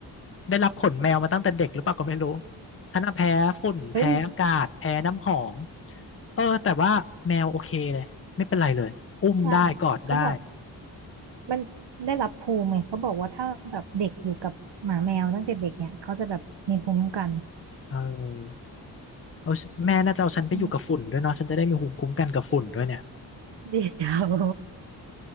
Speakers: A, on the left; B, on the right.
A: ได้รับขนแมวมาตั้งแต่เด็กหรือเปล่าก็ไม่รู้ฉันอะแพ้ฝุ่นแพ้อากาศแพ้น้ำหอม
B: เฮ้ย
A: เออแต่ว่าแมวโอเคเลยไม่เป็นไรเลยอุ้มได้กอดได้
B: ใช่เขาบอก มันได้รับภูมิไงเขาบอกว่าถ้าแบบเด็กอยู่กับหมาแมวตั้งแต่เด็กเนี่ยเขาจะแบบมีภูมิคุ้มกัน
A: เออเอาแม่น่าจะเอาฉันไปอยู่กับฝุ่นด้วยเนาะฉันจะได้มีภูมิคุ้มกันกับฝุ่นด้วยเนี่ย
B: อืมเดี๋ยว